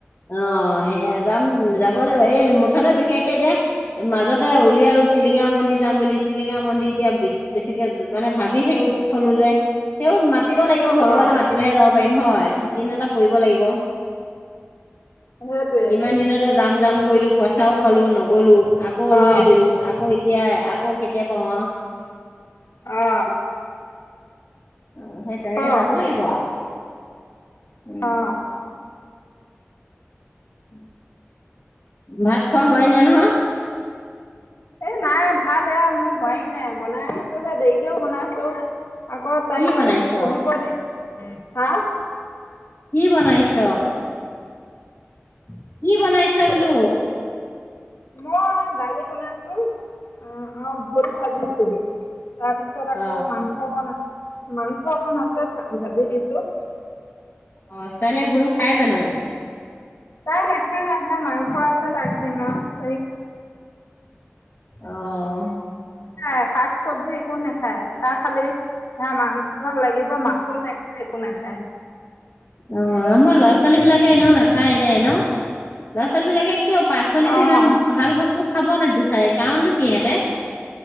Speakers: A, on the left (about 40°); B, on the left (about 75°).
A: অ সেয়া যাম যাব লাগিব। এই মুঠতে বিশেষকে এতিয়া মাজতে উলিয়ালো টিলিঙা মন্দিৰ যাম বুলি, টিলিঙা মন্দিৰ এতিয়া বেছিকে মানে ভাবি থকিব থলো যে তেওঁ মাতি লাগিব ভগৱানে
B: অ
A: মাতিলেহে যাব পাৰিম হয়। দিন এটা পৰিব লাগিব।
B: সেইটোৱে
A: ইমান দিনতে জাম জাম কৰিলোঁ বচাও পালো নগলো আকৌ ৰৈ
B: অ
A: দিলো আকৌ এতিয়া আকৌ কেতিয়া পাওঁ আ
B: অ
A: অ সেই তেনেকে
B: কওক
A: যাব লাগিব আৰু উম
B: অ উম
A: ভাত খোৱা হয়োৱাই নাই নহয়
B: এ নাই ভাত এয়া মোৰ হোৱী নাই বনাই আছোহে দেৰিকেও বনাইছো আকৌ তাই
A: কি বনাইছ
B: পঢ়িব দি হা
A: কি বনাইছ উম কি বনাইছ
B: কি ক
A: বলো
B: মই দালি বনাইছো আহ অ ভুল ভাজিছো তাৰ পিছত আকৌ
A: অ
B: মাংস বনাই মাংস অকণ আছে ভাজি দিছো
A: অ ছোৱালীয়ে ভুল খাই জানো
B: তাই ন খা হা মানসৰা আছ লাগলে ন ত
A: আহ
B: খ শাক চব্জি একো নাখায় তাহ খালি মাংসৰ লাগিব মাচোন নেখা একো নাখায়
A: অ মই ল'ৰা ছোৱালী বিলাকে এনেও নাখায় দে এ ন ল'ৰা ছোৱালী বিলাকে ক পাচলিিতো
B: অঁ
A: ইমান ভাল বস্তু খাব নিেদো চাৰে কাৰণটো কিহেঁতে